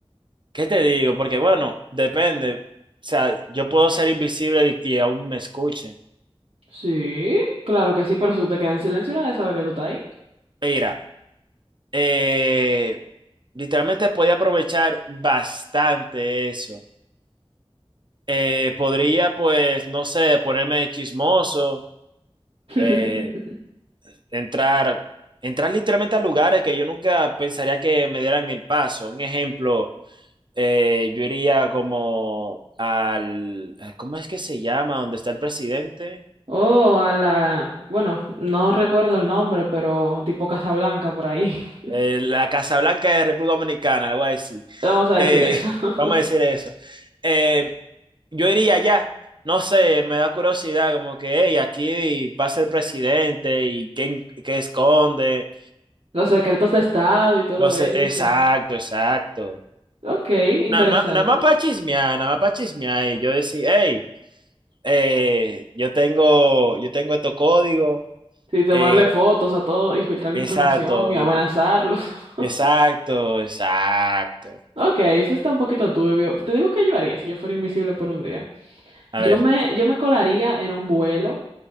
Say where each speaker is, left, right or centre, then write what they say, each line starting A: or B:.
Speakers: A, on the right; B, on the right.
A: ¿Qué te digo? Porque bueno, depende. O sea, yo puedo ser invisible y, y aún me escuchen.
B: Sí, claro que sí, pero si tú te quedas en silencio, nadie sabe que tú estás ahí.
A: Mira, eh, literalmente podía aprovechar bastante eso. Eh, podría, pues, no sé, ponerme chismoso,
B: <laughs>
A: eh, entrar, entrar literalmente a lugares que yo nunca pensaría que me dieran el paso. Un ejemplo, eh, yo iría como al, ¿cómo es que se llama? ¿Dónde está el presidente?
B: Oh, a la, bueno, no recuerdo el nombre, pero tipo Casablanca por ahí. <laughs>
A: eh, la Casa Blanca de República Dominicana, le voy a decir.
B: Vamos a decir
A: Eh,
B: eso.
A: <laughs>
B: <laughs>
A: vamos a decir eso. Eh, yo iría allá, no sé, me da curiosidad, como que, hey, aquí pasa el presidente y qué, qué esconde.
B: Los secretos de Estado y todo
A: No sé,
B: eso.
A: exacto, exacto.
B: Ok, interesante.
A: Nada más, nada más para chismear, nada más para chismear. Y yo decía, hey, eh, yo tengo, yo tengo estos códigos.
B: Sí, tomarle
A: eh,
B: fotos a todo, y filtrar la
A: exacto,
B: información y amenazarlos.
A: y-
B: <laughs>
A: exacto, exacto.
B: Ok, eso está un poquito turbio. Te digo que yo haría si yo fuera invisible por un día.
A: A
B: Yo
A: ver,
B: me, yo me colaría en un vuelo,